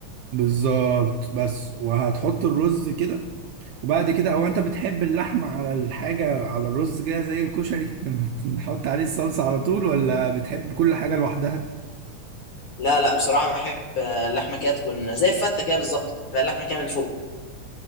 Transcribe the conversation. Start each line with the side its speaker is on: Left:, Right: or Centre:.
Right: بالظبط بس وهتحط الرز كده وبعد كده او انت بتحب اللحمة على الحاجة على الرز كده زي الكشري <laughs> نحط عليه الصلصة على طول ولا بتحب كل حاجة لوحدها
Left: لا لا بصراحة بحب آه، اللحمة كده تكون زي الفتة كده بالظبط فاللحمة كده من فوق